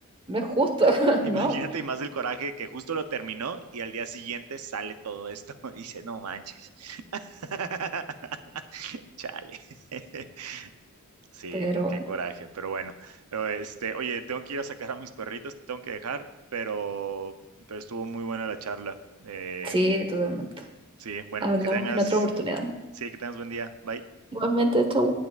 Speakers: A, on the right; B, on the right.
A: no es justo, <laughs> ¿no?
B: Imagínate, y más el coraje que justo lo terminó y al día siguiente sale todo esto <laughs> y dice, no manches. <laughs> Chale. <laughs> Sí,
A: Pero bueno,
B: qué coraje, pero bueno. Pero, Este, oye, tengo que ir a sacar a mis perritos, te tengo que dejar, pero, pero estuvo muy buena la charla. Eh,
A: sí, totalmente.
B: sí, bueno,
A: Hablamos
B: que tengas,
A: en otra oportunidad.
B: sí, que tengas buen día. Bye.
A: Igualmente, chau.